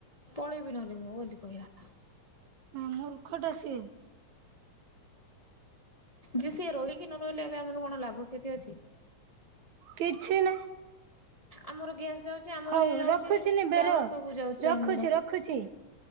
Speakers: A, on the left; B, on the right.
A: ପଳେଇବି ନହେଲେ ମୁଁ ବୋଲି କହିଲା।
B: ମୂର୍ଖ ଟା ସିଏ।
A: ଯେ ସିଆ ରୋହି ନ ରହିଲେ ଏବେ ଆମର କଣ ଲାଭ କ୍ଷତି ଅଛି।
B: କିଛି ନାହିଁ।
A: ଆମର ଗ୍ୟାସ୍, ଯାଉଛି ଆମର
B: ହଉ
A: ଇଏ ଯାଉଛି
B: ରଖୁଛିି ନିବେର
A: ଚାଉଳ ସବୁ ଯାଉଛି
B: ରଖୁଛି
A: ଆମର
B: ରଖୁଛି